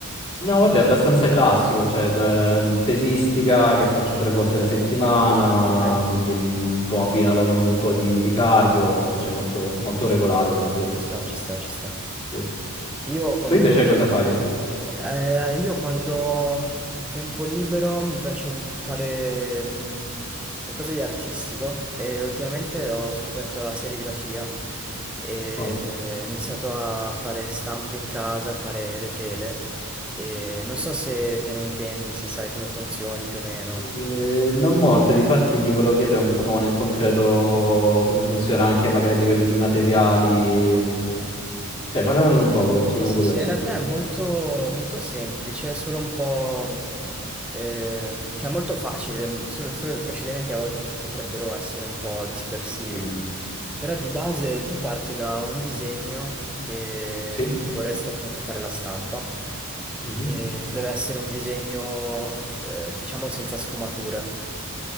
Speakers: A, on the left (about 25°); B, in the centre.
A: No, vabbè, abbastanza classico, cioè ehm, pesistica che faccio tre volte alla settimana,
B: Ok,
A: quindi mm, un po' abbinata con un po' di, di cardio, cioè molto, molto regolare, devo dire.
B: ci sta, ci sta, ci sta.
A: Sì.
B: Io Eh, quando,
A: Tu invece cosa fai?
B: Eh, io quando ho tempo libero mi piace m- fare
A: Sì.
B: mm, qualcosa di artistico e ultimamente ho scoperto la serigrafia e
A: Wow.
B: eh, ho iniziato a fare stampe in casa, a fare le tele e non so se te ne intendi, se sai come funzioni più o meno.
A: Eh, non molto, difatti ti volevo chiedere un po' nel concreto come funziona anche magari a livello di materiali, mm, cioè parlamene un poco, sono
B: Sì, sì,
A: curioso.
B: sì, in realtà è molto, molto semplice, è solo un po', eh, cioè molto facile, mm, solo, solo che i procedimenti a volte potrebbero essere un po' dispersivi.
A: Mm.
B: Però di base tu parti da un disegno che-
A: Sì?
B: di cui vorresti appunto fare la stampa
A: Mhm.
B: e deve essere un disegno, eh, diciamo, senza sfumature,